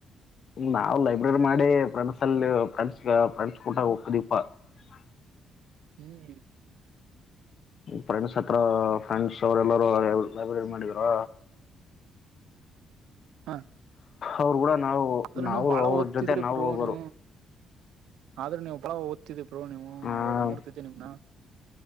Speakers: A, on the left; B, on the right.
A: ಹ ನಾವ್ ಲೈಬ್ರರಿ ಮಾಡಿ ಫ್ರೆಂಡ್ಸ್ ಅಲ್ಲಿ ಫ್ರೆಂಡ್ಸ್ ಫ್ರಂಡ್ಸ್ ಕುಟಾಗ ಹೋಕ್ಕೆದಿಪ್ಪ ಹ್ಮ
B: ಹ್ಮ್
A: ಫ್ರೆಂಡ್ಸ್ ಹತ್ರ ಫ್ರೆಂಡ್ಸ್ ಅವ್ರ ಎಲ್ಲಾರ ಲೈಬ್ರರಿ ಮಾಡಿದರ
B: ಹ
A: ಅವ್ರು ಕೂಡ ನಾವು
B: ಆದ್ರೂ
A: ನಾವು
B: ನೀವು ಬಾಳ
A: ಅವ್ರ
B: ಓದ್ತದ್ರಿ
A: ಜೊತೆ ನಾವು
B: ಬ್ರೋನು
A: ಹೋಗೋರು
B: ಆದ್ರೆ ನೀವು ಬಾಳ ಓದ್ತಿದ್ದಿರಿ ಬ್ರೋ ನೀವು
A: ಹ
B: ಅವಾಗ ನೋಡ್ತಿದ್ದೆ ನಿಮ್ನ